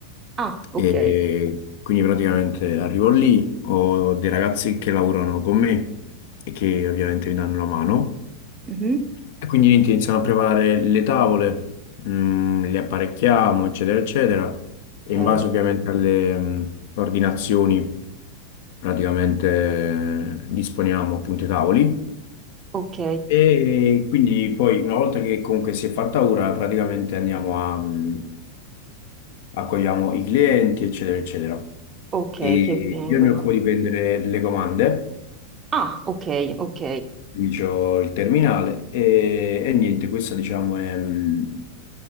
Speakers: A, on the right (about 25°); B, on the left (about 50°).
A: Ah, ok.
B: E quindi praticamente arrivo lì, ho dei ragazzi che lavorano con me e che ovviamente mi danno una mano.
A: Mhm.
B: E quindi niente, iniziano a preparare le tavole, mm, le apparecchiamo, eccetera, eccetera.
A: Ok,
B: E in base ovviamente alle, mm, ordinazioni, praticamente eh, disponiamo appunto i tavoli.
A: ok,
B: E quindi poi una volta che comunque si è fatta ora, praticamente andiamo a, mm, accogliamo i clienti, eccetera, eccetera.
A: ok,
B: E
A: che vengono.
B: io mi occupo di prendere le comande,
A: Ah, ok, ok.
B: quindi c'ho il terminale e, e niente, questa diciamo è mh,